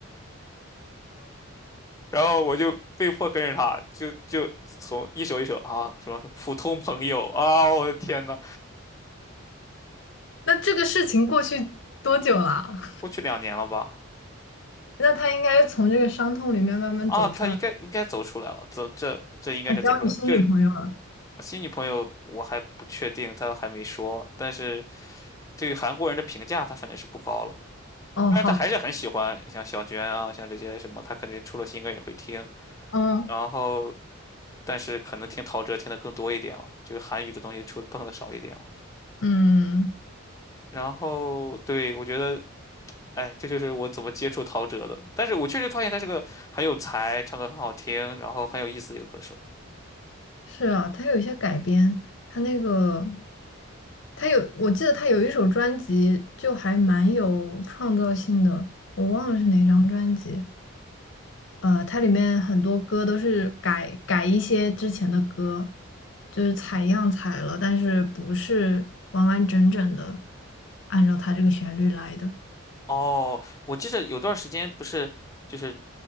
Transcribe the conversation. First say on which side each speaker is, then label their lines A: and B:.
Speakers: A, on the left; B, on the left.
A: 然后我就被迫跟着他，就就从一首一首啊，什么普通朋友啊，我的天呐，
B: 那这个事情过去多久了啊？
A: 过去两年了吧？
B: <laughs> 那他应该从这个伤痛里面慢慢走出来。
A: 啊，他应该应该走出来了，走这这应该是走出来了就是
B: 啊，交你新女朋友了？
A: 新女朋友我还不确定，他还没说，但是对于韩国人的评价，他反正是不高了。
B: 哦，
A: 但是他还是很喜欢像小娟啊，
B: 好的。
A: 像这些什么，他肯定出了新歌也会听，
B: 嗯
A: 然后但是可能听陶喆听的更多一点了，就是韩语的东西出碰的少一点了。
B: 嗯，
A: 然后对，我觉得。哎，这就是我怎么接触陶喆的。但是我确实发现他是个很有才，唱歌很好听，然后很有意思的一个歌手。
B: 是啊，他有一些改编，他那个他有，我记得他有一首专辑就还蛮有创造性的，我忘了是哪张专辑。呃，它里面很多歌都是改改一些之前的歌，就是采样采了，但是不是完完整整的按照它这个旋律来的。
A: 哦，我记得有段时间不是，就是